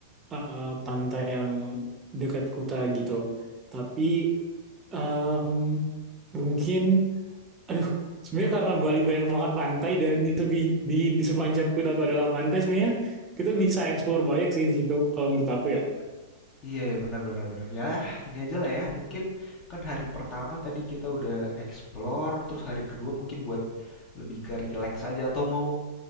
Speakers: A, on the right; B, on the left.
A: eh, pantai yang dekat Kuta gitu. Tapi em, mungkin aduh sebenarnya karena Bali banyak banget pantai dan di tepi- di, di sepanjang Kuta itu adalah pantai sebenarnya kita bisa eksplor banyak sih di situ kalau menurut aku ya.
B: Iya ya benar benar benar. Ya, ini aja lah ya. Mungkin kan hari pertama tadi kita udah explore, terus hari kedua mungkin buat lebih ke relax aja atau mau